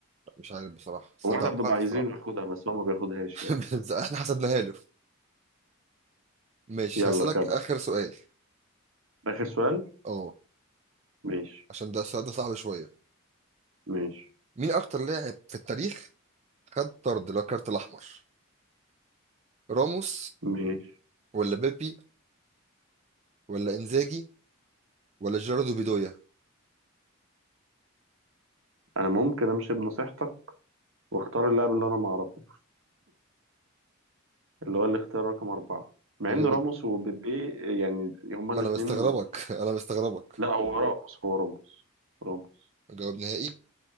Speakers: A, on the right; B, on the right.
A: مش عارف بصراحه بس
B: هو
A: انا
B: احنا
A: توقعت
B: بنبقى عايزينه
A: الصراحه
B: ياخدها بس هو ما بياخدهاش
A: <laughs>
B: يعني
A: بس احنا حسبناها له مش
B: يلا
A: هسالك
B: كمل
A: اخر سؤال
B: اخر سؤال
A: اه
B: ماشي
A: عشان ده السؤال ده صعب شويه
B: ماشي
A: مين اكتر لاعب في التاريخ خد طرد اللي هو الكارت الاحمر راموس
B: ماشي
A: ولا بيبي ولا انزاجي ولا جيراردو بيدويا
B: انا ممكن امشي بنصيحتك واختار اللاعب اللي انا ما اعرفه اللي هو الاختيار رقم اربعه مع
A: جيرارد-
B: ان راموس وبيبي يعني هما
A: ما
B: الاثنين
A: انا مستغربك <laughs> انا مستغربك
B: لا هو راموس هو راموس راموس
A: جواب نهائي